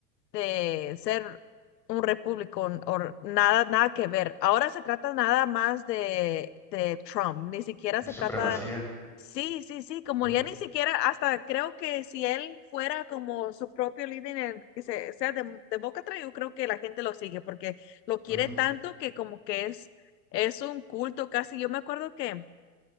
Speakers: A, on the left (about 80°); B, in the centre.
A: de ser un repúblico o nada, nada que ver. Ahora se trata nada más de, de Trump, ni siquiera
B: De
A: se
B: supremacía.
A: trata Sí, sí, sí, como
B: Ujú,
A: ya ni siquiera, hasta creo que si él fuera como su propio líder, en el que se, sea de, de boca atrás, yo creo que la gente lo sigue porque lo quiere
B: ujú,
A: tanto que como que es, es un culto casi. Yo me acuerdo que